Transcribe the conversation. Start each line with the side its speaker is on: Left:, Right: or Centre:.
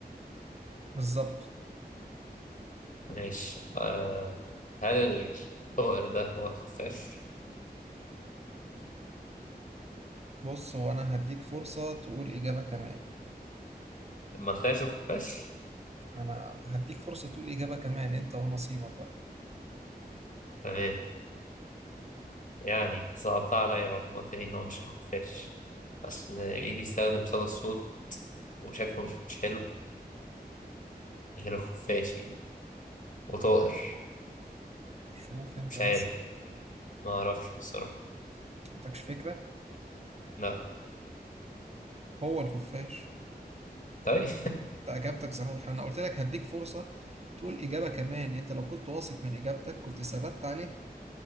Right: بالظبط
Left: ماشي آه هل الطائر ده هو الخفاش؟
Right: بص هو انا هديك فرصة تقول اجابة كمان
Left: ما طلعش الخفاش؟
Right: انا هديك فرصة تقول اجابة كمان انت ونصيبك بقى
Left: تمام يعني صعبتها عليا بعد ما قلت لي إن هو مش الخفاش أصل إيه بيستخدم صدى الصوت وشكله مش حلو غير الخفاش يعني وطائر
Right: شوف انت
Left: مش
Right: مثلا
Left: عارف ما أعرفش بصراحة
Right: ما عندكش فكرة
Left: لا
Right: هو الخفاش
Left: طيب
Right: انت اجابتك صحيحة انا قلت لك هديك فرصة تقول اجابة كمان انت لو كنت واثق من اجابتك كنت ثبت عليها